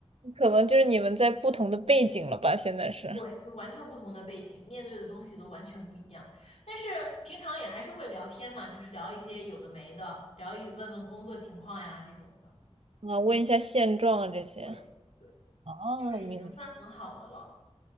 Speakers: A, on the right (about 65°); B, on the left (about 75°).
A: 可能就是你们在不同的背景了吧？现在是
B: 对，就是完全不同的背景，面对的东西都完全不一样。但是平常也还是会聊天嘛，就是聊一些有的没的，聊一问问工作情况呀这种的。
A: 啊，问一下现状啊这些。
B: 对对，
A: 哦，
B: 就是已经算很好的了。
A: 明白。